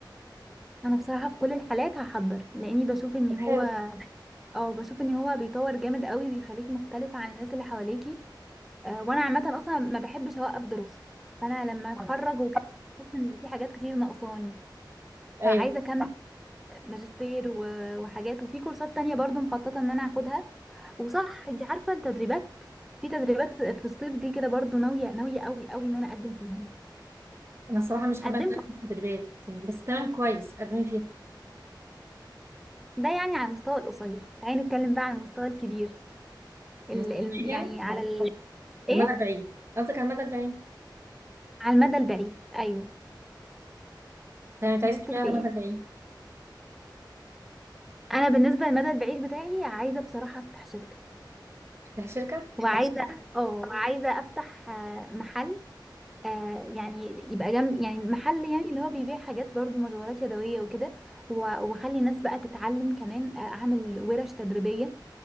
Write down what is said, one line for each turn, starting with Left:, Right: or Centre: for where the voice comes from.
Centre: انا بصراحه في كل الحالات هحضر لاني بشوف ان
Right: طب
Centre: هو
Right: حلو
Centre: اه بشوف ان هو بيطور جامد قوي بيخليكي مختلفه عن الناس اللي حواليكي آه، وانا عامه اصلا ما بحبش اوقف دراسه فانا لما اتخرج وكده بحس ان في حاجات كتير ناقصاني
Right: أيوه
Centre: فعايزه اكمل ماجستير و- وحاجات وفي كورسات تانية برضو مخططه ان انا هاخدها وصح انت عارفه التدريبات في تدريبات في في الصيف دي كده برضو ناويه ناويه قوي قوي ان انا اقدم فيهم
Right: أنا الصراحة مش حابة
Centre: قدمت
Right: إن أنا أكون في تدريبات يعني بس تمام كويس قدمي فيها
Centre: ده يعني على المستوى القصير تعالي نتكلم بقى على المستوى الكبير ال
Right: مستقبلية
Centre: ال
Right: يعني
Centre: يعني على ايه
Right: المدى البعيد قصدك على المدى البعيد
Centre: على المدى البعيد ايوه
Right: تمام أنت عايز
Centre: نفسك
Right: تعملها
Centre: في
Right: على المدى
Centre: ايه
Right: البعيد
Centre: انا بالنسبه للمدى البعيد بتاعي عايزه بصراحه افتح شركه
Right: تفتحي شركة
Centre: وعايزه <laughs> اه وعايزه افتح آه، محل آه، يعني يبقى جنب يعني محل يعني اللي هو بيبيع حاجات برضو مشغولات يدويه وكده و- واخلي الناس بقى تتعلم كمان آه، اعمل ورش تدريبيه